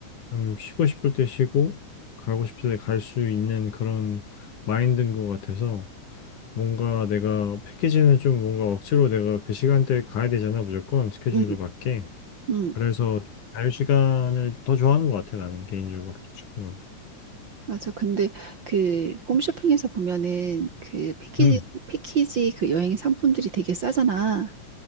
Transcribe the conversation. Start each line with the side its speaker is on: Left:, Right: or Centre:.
Left: 좀 쉬고 싶을 때 쉬고, 가고 싶을 때 갈 수 있는 그런 마인드인 것 같아서, 뭔가 내가 패키지는 좀 뭔가 억지로 내가 그 시간대에 가야 되잖아, 무조건 스케줄에
Right: 음,
Left: 맞게.
Right: 음.
Left: 그래서 자유 시간을 더 좋아하는 것 같아 나는 개인적으로 지금은.
Right: 맞아. 근데 그 홈쇼핑에서 보면은 그 패키지,
Left: 음.
Right: 패키지 그 여행 상품들이 되게 싸잖아.